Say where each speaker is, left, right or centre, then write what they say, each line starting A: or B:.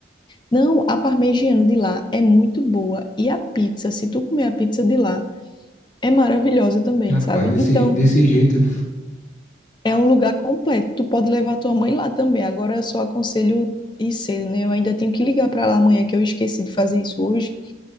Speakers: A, on the left; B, on the left.
A: Não, a parmegiana de lá é muito boa. E a pizza, se tu comer a pizza de lá, é maravilhosa também,
B: Rapaz,
A: sabe?
B: desse,
A: Então,
B: desse jeito,
A: é um lugar completo. Tu pode levar tua mãe lá também. Agora eu só aconselho ir cedo, né? Eu ainda tenho que ligar pra lá amanhã, que eu esqueci de fazer isso hoje,